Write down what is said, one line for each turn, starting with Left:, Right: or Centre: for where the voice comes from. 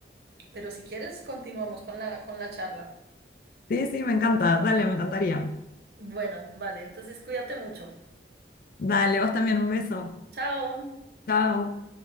Right: pero si quieres, continuamos con la, con la charla.
Left: sí, sí, me encanta. Dale, me encantaría.
Right: Bueno, vale, entonces cuídate mucho.
Left: Dale, vos también, un beso.
Right: Chao.
Left: Chao.